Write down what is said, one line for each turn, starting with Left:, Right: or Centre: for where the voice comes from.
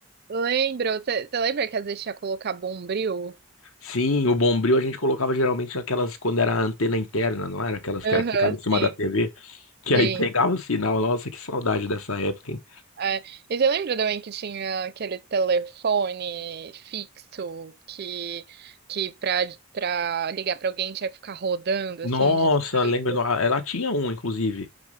Right: Lembro, você lembra que às vezes tinha que colocar Bombril?
Left: Sim, o Bombril a gente colocava geralmente aquelas quando era a antena interna, não era? Aquelas
Right: Aham,
Left: que era, ficava em cima
Right: sim,
Left: da TV, que
Right: sim.
Left: aí pegava o sinal. Nossa, que saudade dessa época, hein?
Right: É. E você lembra também que tinha aquele telefone fixo que, que pra, pra ligar pra alguém tinha que ficar rodando,
Left: Nossa,
Right: assim, de tudo?
Left: lembra? no- Ela tinha um, inclusive.